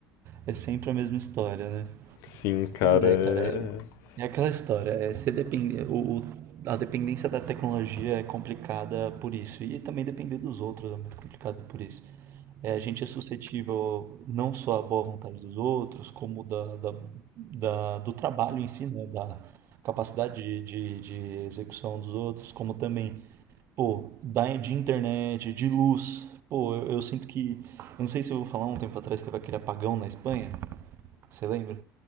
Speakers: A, on the right; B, on the left.
A: É sempre a mesma história, né?
B: Sim, cara,
A: Mas é,
B: é...
A: cara, é, é aquela história. É ser depende o, o- a dependência da tecnologia é complicada por isso. E também depender dos outros é muito complicado por isso. É, a gente é suscetível não só à boa vontade dos outros, como da, da, da- do trabalho em si, né? Da capacidade de, de, de execução dos outros, como também, pô, da, de internet, de luz. Pô, eu, eu sinto que. Eu não sei se eu vou falar um tempo atrás, teve aquele apagão na Espanha. Você lembra?